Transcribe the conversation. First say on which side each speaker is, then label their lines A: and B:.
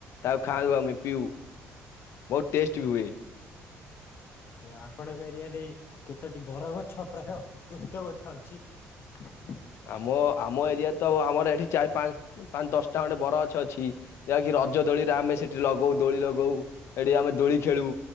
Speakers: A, on the left; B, on the left.
A: ତାକୁ ଖାଉ, ଆମେ ପିଉ, ବହୁତ ଟେଷ୍ଟ ହୁଏ।
B: ଆପଣଙ୍କ, ଏରିଆରେ କେତୋଟି ବର ଗଛ ପ୍ରାୟ ଓସ୍ତ ଗଛ ଅଛି? ହ <unintelligible>
A: ଆମ ଆମ ଏରିଆ ତ, ଆମର ଏଠି ଚାରି ପାଞ୍ଚ ପାଞ୍ଚ ଦଶ। ଟା ଅଁଟେ ବଡ଼ ଗଛ ଅଛି। ଯାହାକି ରଜ ଦୋଳିରେ ଆମେ ସେଠି ଲଗଉ ଦୋଳି ଲଗଉ। ଏଡି ଆମେ ଦୋଳି ଖେଳୁ